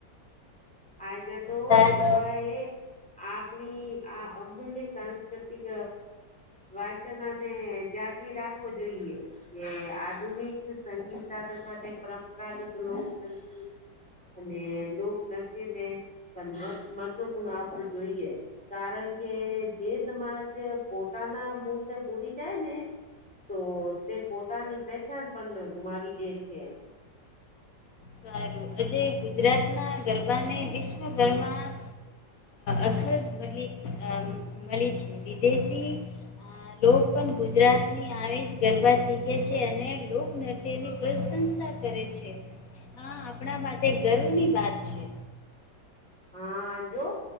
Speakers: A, in the centre; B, on the left.
A: આજના તો
B: સાત
A: યુવા એ આપણી આ અમૂલ્ય સાંસ્કૃતિક વાસના ને જાગવી રાખવો જોઈએ કે આધુનિક સંગીત સાથે સાથે પરંપરાગત લોકસંગીત અને લોકનત્ય ને પણ મહત્વપૂર્ણ આપવું જોઈએ. કારણ કે જે સમાજ પોતાના મૂળ ને ભૂલી જાય ને તો તે પોતાની પહેચાન પણ ગુમાવી દે છે.
B: સારું આજે ગુજરાત ના ગરબાને વિશ્વભરમાં અખર મળે મળે છે. વિદેશી લોક પણ ગુજરાતની આવી જ ગરબા શીખે છે અને લોકનત્ય તેની પ્રશંસા કરે છે. હા આપણા માટે ગર્વ ની વાત છે.
A: હા જો